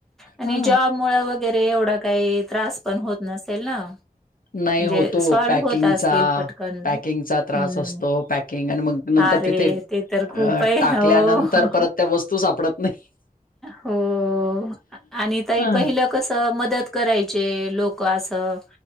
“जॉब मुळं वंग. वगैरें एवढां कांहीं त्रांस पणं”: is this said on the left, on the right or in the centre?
Centre